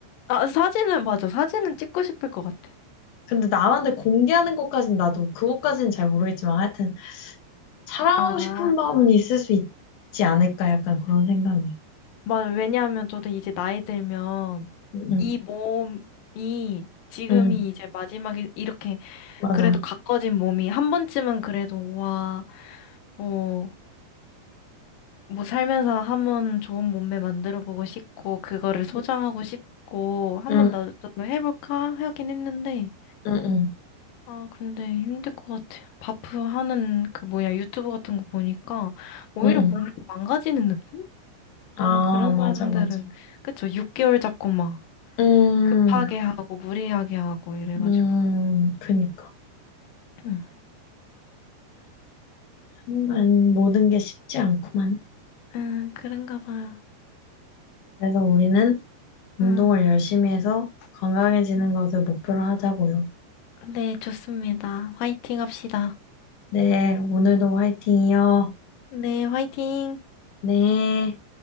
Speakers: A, on the left; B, on the left.
A: 아, 사진은 맞아. 사진은 찍고 싶을 것 같아.
B: 근데 나한테 공개하는 것까진 나도 그것까지는 잘 모르겠지만 하여튼 사랑하고
A: 아,
B: 싶은 마음은 있을 수 있지 않을까? 약간 그런 생각이.
A: 맞아. 왜냐하면 저도 이제 나이 들면
B: 응,
A: 이 몸이 지금이
B: 응,
A: 이제 마지막에 이렇게
B: 맞아.
A: 그래도 가꿔진 몸이 한 번쯤은 그래도 와, 뭐, 뭐 살면서 한 번 좋은 몸매 만들어 보고 싶고 그거를 소장하고
B: 응,
A: 싶고 한
B: 응,
A: 번 나도 해볼까 하긴 했는데
B: 응,
A: 아, 근데 힘들 것 같아. 바프 하는 그 뭐야 유튜브 같은 거 보니까 오히려
B: 응, 응.
A: 몸이 망가지는 느낌?
B: 아,
A: 너무 그런
B: 맞아,
A: 사람들은
B: 맞아.
A: 그쵸? 6개월 잡고 막
B: 음,
A: 급하게 하고 무리하게 하고 이래가지고.
B: 음, 그니까. 하
A: 응,
B: 지 모든 게 쉽지 않구만.
A: 응, 그런가 봐요.
B: 그래서 우리는 운동을
A: 응.
B: 열심히 해서 건강해지는
A: 응.
B: 것을 목표로 하자고요.
A: 네, 좋습니다. 화이팅 합시다.
B: 네, 오늘도 화이팅이요.
A: 네, 화이팅.
B: 네.